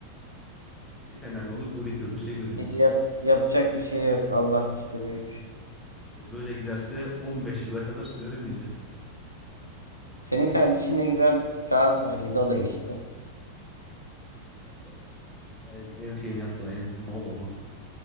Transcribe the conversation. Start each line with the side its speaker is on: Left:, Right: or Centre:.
Centre: Bir Fenerli olduk 12 yıldır şey göremiyoruz.
Right: Şey, Yap, yapacak bir şey yok. Allah işte büyük.
Centre: İşte böyle giderse 15 yıla kadar göremeyeceğiz.
Right: Senin kardeşin ne güzel Galatasaraylıydı o da geçti.
Centre: Adam Allah. En şeyini yaptı o en mal o mal.